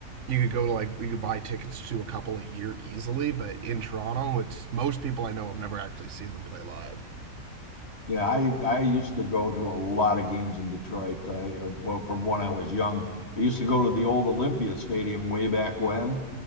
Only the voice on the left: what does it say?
Yeah, I I used to go to a lot of games in Detroit. I uh, well, from when I was young, I used to go to the old Olympia Stadium way back when,